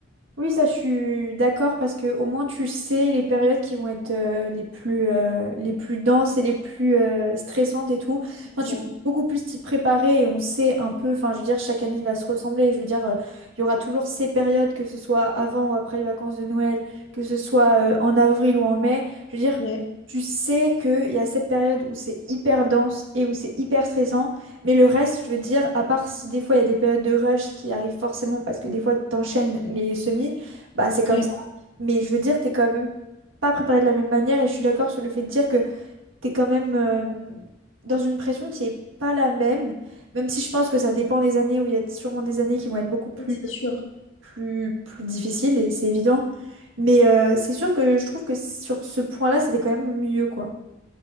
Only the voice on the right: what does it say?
Oui, ça, je suis d'accord parce que au moins tu sais les périodes qui vont être euh, les plus, euh, les plus denses et les plus euh, stressantes et tout. Enfin,
tu
peux beaucoup plus t'y préparer et on sait un peu. Enfin, je veux dire, chaque année il va se ressembler. Je veux dire, euh, il y aura toujours ces périodes, que ce soit avant ou après les vacances de Noël, que ce soit euh, en avril ou en mai. Je veux dire,
tu sais qu'il y a cette période où c'est hyper dense et où c'est hyper stressant. Mais le reste, je veux dire, à part si des fois il y a des périodes de rush qui arrivent forcément parce que des fois t'enchaînes les semis, bah c'est comme
ça. Mais je veux dire, t'es quand même pas préparé de la même manière et je suis d'accord sur le fait de dire que t'es quand même euh, dans une pression qui est pas la même, même si je pense que ça dépend des années où il y a sûrement des années qui vont être beaucoup plus,
plus, plus difficiles et c'est évident. Mais euh, c'est sûr que je trouve que sur ce point-là, c'était quand même mieux quoi.